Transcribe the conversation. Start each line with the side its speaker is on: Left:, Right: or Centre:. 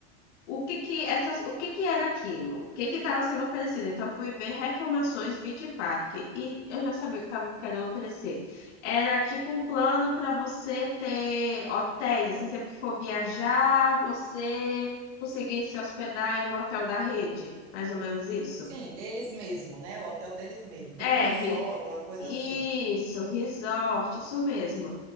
Left: o que que essas, o que que era aquilo? O que que estava sendo oferecido? Então eu fui ver reclamações Beach Park e eu já sabia o que estavam querendo oferecer. Era tipo um plano para você ter hotéis, assim, sempre que for viajar, você conseguir se hospedar em um hotel da rede, mais ou menos isso.
Right: Sim, deles mesmo, né? O hotel deles mesmo. Tipo
Left: É,
Right: um resort, uma coisa
Left: isso,
Right: assim.
Left: resort, isso mesmo.